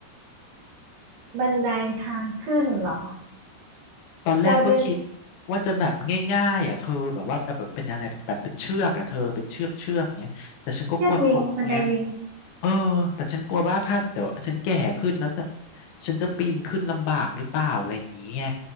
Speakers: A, on the right (about 55°); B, on the left (about 70°).
A: บันไดทางขึ้นเหรอ
B: ตอนแรกก็คิด
A: เราเป็น
B: ว่าจะแบบง่ายๆอ่ะเธอแบบว่าแบบเป็นอะไรแบบเป็นเชือกอ่ะเธอเป็นเชือกเชือกเงี้ยแต่ฉันก็กลัวตกไง
A: เชือกลิงบันไดลิง
B: เออแต่ฉันกลัวว่าถ้าเดี๋ยวฉันแก่ขึ้นแล้วถ้าฉันจะปีนขึ้นลำบากหรือเปล่าอะไรอย่างเงี้ย